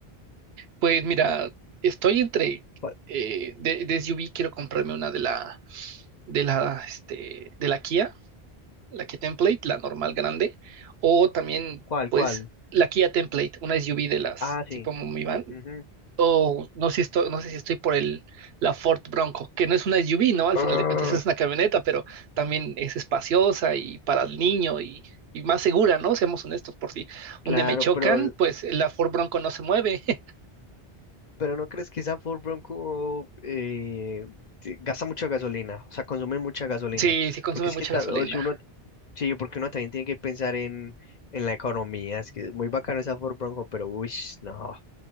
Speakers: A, on the right (about 80°); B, on the left (about 50°).
A: Pues mira, estoy entre,
B: ¿Cuál,
A: eh, de, de SUV quiero comprarme una de la, de la, este, de la Kia, la Kia Template, la normal grande, o también,
B: cuál?
A: pues,
B: cuál?
A: la Kia Template, una SUV de las
B: Ah, sí.
A: tipo minivan,
B: Ujú.
A: o no sé si estoy, no sé si estoy por el, la Ford Bronco, que no es una SUV, ¿no? Al
B: Ah,
A: final de cuentas es una camioneta, pero también es espaciosa y para el niño y, y más segura, ¿no? Seamos honestos, por si
B: claro,
A: un día me chocan,
B: pero, l-
A: pues la Ford Bronco no se mueve. <laughs>
B: pero ¿no crees que esa Ford Bronco eh, te- gasta mucha gasolina? O sea, consume mucha gasolina.
A: Sí, sí consume
B: Porque es
A: mucha
B: que ta-
A: gasolina.
B: o si uno, sí, porque uno también tiene que pensar en, en la economía. Es que es muy bacano esa Ford Bronco, pero uy, no.